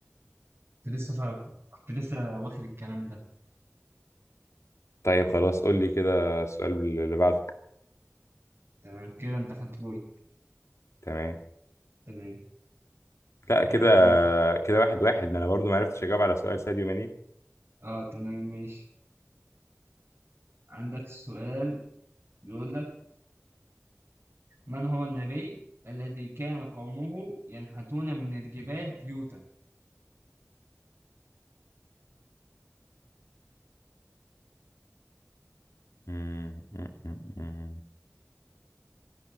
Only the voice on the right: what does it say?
كنت لسه فاكر كنت كنت لسه واخد الكلام ده
آه.
تمام كده أنت خدت بوي
تمام
آم،
آه تمام ماشي عندك سؤال بيقول لك من هو النبي الذي كان قومه ينحتون من الجبال بيوتا